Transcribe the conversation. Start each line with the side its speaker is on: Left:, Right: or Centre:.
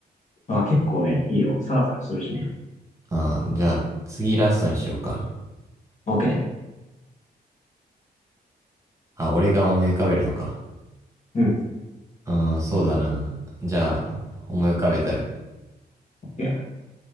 Left: まあ、結構ね、いいよ。サラサラするしね。
Right: ああ、じゃあ、次ラストにしようかな。
Left: OK。
Right: あ、俺が思い浮かべるのか。
Left: うん、
Right: うん、そうだな。じゃあ、思い浮かべたよ。
Left: OK。